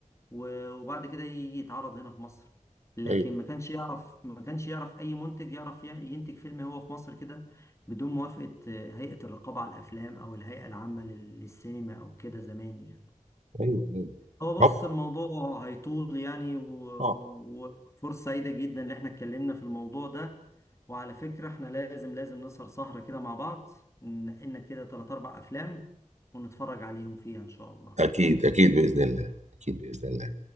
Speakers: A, on the left; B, on the right.
A: و- وبعد كده يجي يتعرض هنا في مصر لكن
B: ايوه
A: ما كانش يعرف ما كانش يعرف أي منتج يعرف ي- ينتج فيلم هو في مصر كده بدون موافقة آه، هيئة الرقابة على الأفلام أو الهيئة العامة لل- للسينما أو كده زمان يعني
B: ايوه ايوه
A: هو
B: آه،
A: بص الموضوع هيطول يعني و-
B: آه،
A: وفرصة سعيدة جدا ان احنا اتكلمنا في الموضوع ده وعلى فكرة احنا لازم لازم نسهر سهرة كده مع بعض ننقلنا كده تلات اربع افلام ونتفرج عليهم فيها ان شاء الله
B: اكيد اكيد باذن الله اكيد باذن الله